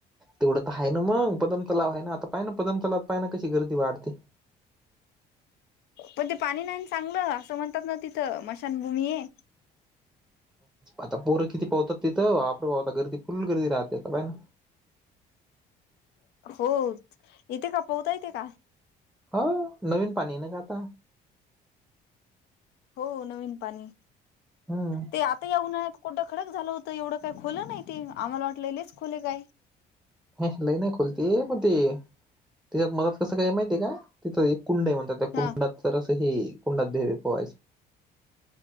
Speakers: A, in the centre; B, on the left.
A: तेवढं तर आहे ना मग, पदम तलाव आहे ना आता, पाहायना ना पदम तलावात पाहय ना कशी गर्दी वाढते.
B: पण ते पाणी नाही चांगलं असं म्हणतात ना तिथं, मशानभूमी ये
A: आता पोरं किती पोहतात तिथं, आपल आता गर्दी फुल गर्दी राहते आता तिथं.
B: हो येते का, पोहता येते का?
A: हो नवीन पाणी ये ना ग आता.
B: हो नवीन पाणी,
A: हम्म
B: ते आता या उन्हळ्यात कोरंड खडक झालं होतं, एवढं काय खोल नाही ते आम्हाला वाटलं लैच खोल ये का काय.
A: ह्या लई नही खोल ती, पण ते त्याच्यात मदत कसं काय माहितीये का तिथं एक कुंडयं म्हणतात. त्या कुंडात
B: हा
A: तर अस हे कुंडात देवे पोहायचे